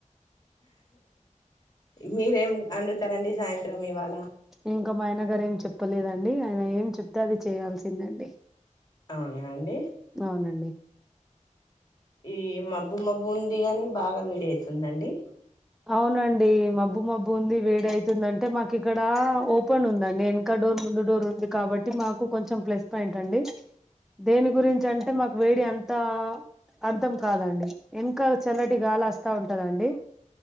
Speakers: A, on the left (about 30°); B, in the centre.
A: మీరేం అండుతారండి సాయంత్రం ఇవాళ
B: ఇంకా మా ఆయనగారు ఏం చెప్పలేదండి ఆయన ఏం చెప్తే అది చేయాల్సిందండి
A: అవునా అండి
B: అవునండి
A: ఈ మబ్బు మబ్బు ఉంది గాని బాగా వేడి అయితుందండి
B: అవునండి మబ్బు మబ్బు ఉంది వేడి అయితుంది అంటే మాకు ఇక్కడ ఓపెన్ ఉందండి నేను ఇంకా డోర్ ముందు డోర్ ఉంది కాబట్టి మాకు కొంచెం ప్లస్ పాయింట్ అండి దేని గురించి అంటే మాకు వేడి అంత్ ఇంత అర్థం కాదండి ఇంకా చల్లటి గాలి వస్తా ఉంటదండి